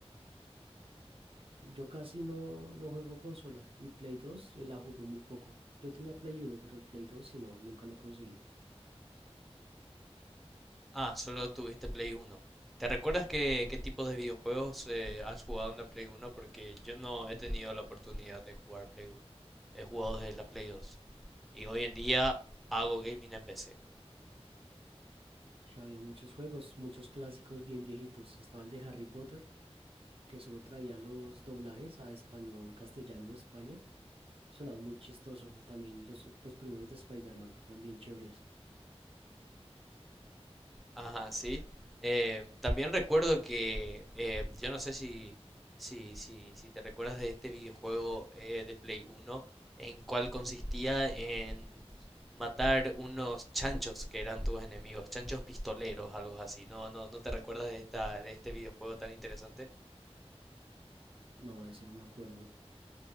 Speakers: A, on the right; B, in the centre.
A: Yo casi no, no juego consola y Play 2 eh, la jugué muy poco. Yo tenía Play uno pero el Play 2 si no, nunca lo conseguí.
B: Ah, solo tuviste Play 1. ¿Te recuerdas qué, qué tipos de videojuegos eh, has jugado en la Play 1? Porque yo no he tenido la oportunidad de jugar Play 1. He jugado desde la Play 2. Y hoy en día hago gaming en PC.
A: Ya había muchos juegos, muchos clásicos bien viejitos. Estaba el de Harry Potter, que solo traía los doblajes a español, castellano de España. Sonaba muy chistoso y también los, los primeros de Spider-Man eran bien chéveres.
B: Ajá, sí. Eh, también recuerdo que, eh, yo no sé si, si, si, si te recuerdas de este videojuego eh, de Play 1, en cual consistía en matar unos chanchos que eran tus enemigos, chanchos pistoleros, algo así. No, no, no te recuerdas de esta, de este videojuego tan interesante.
A: No, ese no me acuerdo.